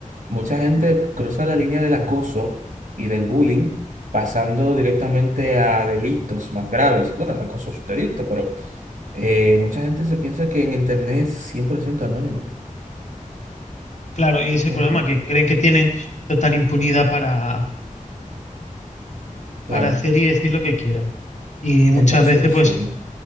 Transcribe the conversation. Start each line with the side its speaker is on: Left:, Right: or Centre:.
Right: mucha gente cruza la línea del acoso y del bullying pasando directamente a delitos más graves. Bueno, el acoso es un delito, pero eh, mucha gente se piensa que en Internet es 100% anónimo.
Left: Claro, y ese
Right: Ujú,
Left: problema que creen que tienen total impunidad para,
Right: Claro.
Left: para hacer y decir lo que quieran. Y muchas
Right: Entonces,
Left: veces pues
Right: sí,